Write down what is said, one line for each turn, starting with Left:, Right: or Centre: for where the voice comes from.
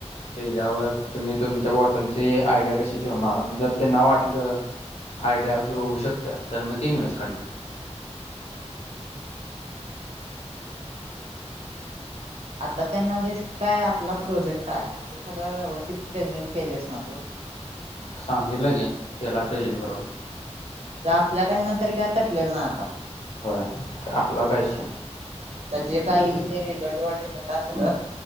Left: त्याच्यावर तुम्ही तुमच्या बॉटलचे आयडिया कशी ठेवणार जर त्यांना वाटलं आयडिया ग्रो होऊ शकत तर मग ते इन्व्हेस्ट करणार
Right: बर आता त्यांना जे काय आपला प्रोजेक्ट आहे ते सगळं व्यवस्थित प्रेझेंट केलेस ना तो
Left: सांगितलं गे कला प्रेजन बरोबर
Right: आपल्याकडनं तरी काय तटलेलं ना आता
Left: होय आपला काय विषय नाही
Right: जे काय येईल ते रिझल्ट वर डिपेंड जासंग